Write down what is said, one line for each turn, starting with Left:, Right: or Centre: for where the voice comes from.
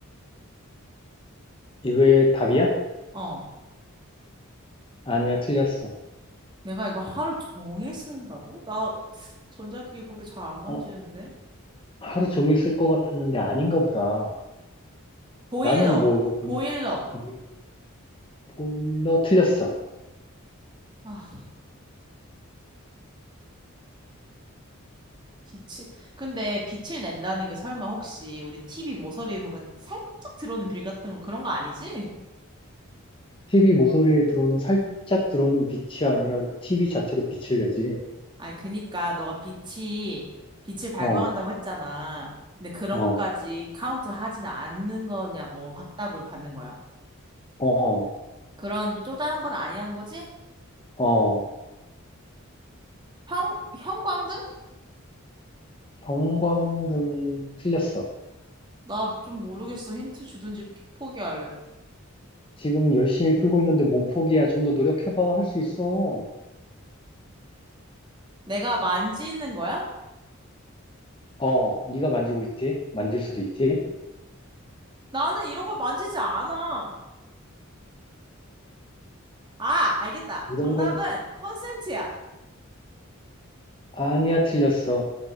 Left: 이거의 답이야?
Right: 어.
Left: 아니야. 틀렸어.
Right: 내가 이거 하루 종일 쓰는다고? 나 전자기기 그렇게 잘 안 만지는데.
Left: 어, 하루 종일 쓸 것 같았는데 아닌가 보다.
Right: 보일러.
Left: 나는 어, 뭐, 뭐,
Right: 보일러.
Left: 니 보일러 틀렸어.
Right: 아. 빛을 근데 빛을 낸다는 게 설마 혹시 우리 TV 모서리에 보면 살짝 들어오는 빌 같은 거 그런 거 아니지?
Left: TV 모서리에 들어오는 살짝 들어오는 빛이 아니라 TV 자체로 빛을 내지.
Right: 아니 그니까 너가 빛이 빛을 발광한다고
Left: 어,
Right: 했잖아. 근데 그런
Left: 어,
Right: 것까지 카운트 하진 않는 거냐고 확답을 받는 거야.
Left: 어,
Right: 그런 쪼잔한 건 아니라는 거지?
Left: 어.
Right: 형 형광등?
Left: 형광등 틀렸어.
Right: 나 좀 모르겠어. 힌트 주든지 포기할래.
Left: 지금 열심히 풀고 있는데 몸 포기야. 좀 더 노력해봐. 할 수 있어.
Right: 내가 만지는 거야?
Left: 어, 네가 만지고 있지? 만질 수도 있지?
Right: 나는 이런 걸 만지지 않아. 아, 알겠다.
Left: 이런
Right: 정답은
Left: 걸
Right: 콘센트야.
Left: 아니야 틀렸어.